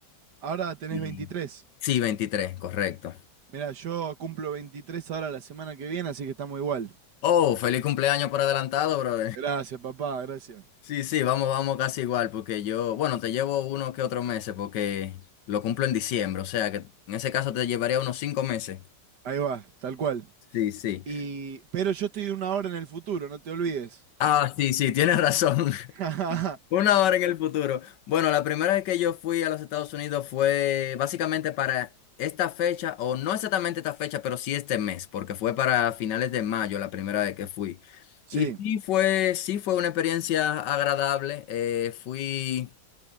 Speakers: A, on the right; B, on the left.
A: Ahora tenés
B: Y...
A: 23.
B: Sí, 23, correcto.
A: Mirá, yo cumplo 23 ahora la semana que viene, así que estamos igual.
B: Oh, feliz cumpleaños por adelantado, bro.
A: Gracias, papá, gracias.
B: Sí, sí, vamos, vamos casi igual, porque yo, bueno, te llevo unos que otros meses, porque lo cumplo en diciembre, o sea que en ese caso te llevaría unos cinco meses.
A: Ahí va, tal cual.
B: Sí, sí.
A: Y, pero yo estoy una hora en el futuro, no te olvides.
B: Ah, sí, sí, tienes razón. <laughs>
A: <laughs>
B: Una hora en el futuro. Bueno, la primera vez que yo fui a los Estados Unidos fue básicamente para esta fecha, o no exactamente esta fecha, pero sí este mes, porque fue para finales de mayo la primera vez que fui.
A: Sí,
B: Y sí fue, sí fue una experiencia agradable. eh, fui,